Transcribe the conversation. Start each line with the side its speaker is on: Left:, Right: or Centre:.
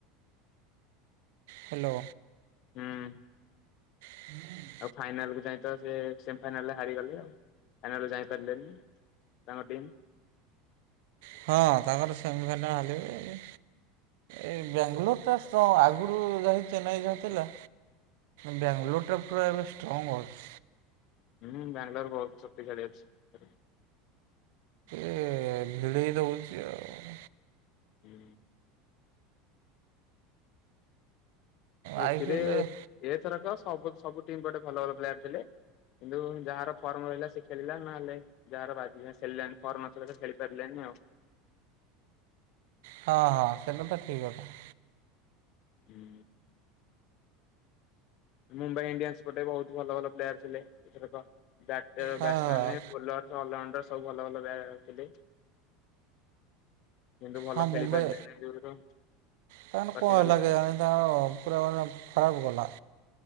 Right: ହ୍ୟାଲୋ।
Left: ହୁଁ।
Right: ହୁଁ
Left: ଆଉ ଫାଇନାଲ୍କୁ ଯାଇଁ ତ ସେ ସେମି ଫାଇନାଲରେ ହାରିଗଲେ ଆଉ ଫାଇନାଲରେ ଯାଇପାରିଲେନି। ତାଙ୍କ ଟିମ୍।
Right: ହଁ ତାଙ୍କର ସେମିଫାଇନାଲ୍ ହାରିଗଲେ ଏଇ ବ୍ୟାଙ୍ଗଲୋର ଟା ତ ଆଗରୁ ଯାଇ ଚେନ୍ନାଇ ଖେଳୁଥିଲେ ବ୍ୟାଙ୍ଗଲୋରଟା ପୁରା ଏବେ ଷ୍ଟ୍ରଙ୍ଗ୍ ଅଛି।
Left: ହୁଁ ବାଙ୍ଗଲୋର ବହୁତ ଶକ୍ତିଶାଳି ଅଛି।
Right: ଏ ଗିଳେଇ ଦଉଚି ଆଉ।
Left: ହୁଁ। ଏଥିରେ
Right: ଆଇ ପି ଏଲ୍
Left: ଏଥରକ ସବୁ ସବୁ ଟିମ୍ ଗୋଟେ ଭଲ ଭଲ ପ୍ଲେୟାର ଥିଲେ। କିନ୍ତୁ ଯାହାର ଫର୍ମ ରହିଲା ସେ ଖେଳିଲା ନହେଲେ ଯାହାର ବାଜିଲା ଖେଳିଲାନି। ଫର୍ମ ନଥିଲା ଖେଳିପାରିଲେନି ଆଉ।
Right: ହଁ ହଁ ସେଟା ତ ଠିକ୍ ଅଛି।
Left: ହୁଁ ମୁମ୍ବାଇ ଇଣ୍ଡିଆନ୍ସ ପଟେ ବହୁତ ଭଲ ଭଲ ପ୍ଲେୟାର ଥିଲେ ଏଥରକ ବ
Right: ହଁ ହଁ।
Left: Batman bowler. ଅଲଉ ସବୁ ଭଲ ଭଲ ବ୍ୟାଥିଲେ। କିନ୍ତୁ ଭଲ
Right: ହଁ
Left: ଖେଳି
Right: ମୁମ୍ବାଇ
Left: ପାରିଲେ
Right: ତାଙ୍କର
Left: କଟି
Right: କଣ ହେଲା
Left: କଲେ।
Right: କେଜାଣି ପୁରା ଖରାପ ଗଲା।